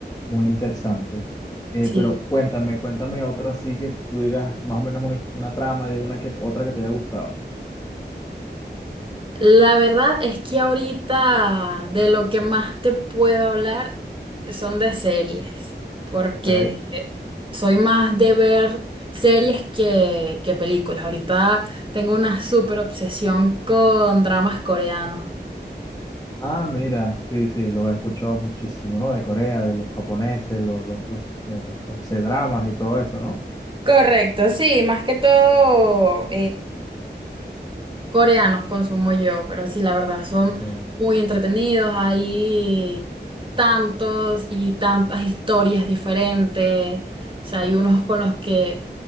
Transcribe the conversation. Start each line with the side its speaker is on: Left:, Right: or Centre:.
Left: muy interesante. Eh,
Right: Sí,
Left: pero cuéntame, cuéntame otra así que tú digas más o menos una, una trama de una que otra que te haya gustado,
Right: la verdad es que ahorita de lo que más te puedo hablar son de series, porque
Left: ¿ok?
Right: soy más de ver series que, que películas. Ahorita tengo una súper obsesión con dramas coreanos.
Left: Ah, mira, sí, sí, lo he escuchado muchísimo, ¿no? De Corea, de los japoneses, los, los, los, los, los C-dramas y todo eso, ¿no?
Right: Correcto, sí, más que todo Coreanos consumo yo, pero sí, la verdad, son
Left: Okay.
Right: muy entretenidos. Hay tantos y tantas historias diferentes. O sea, hay unos con los que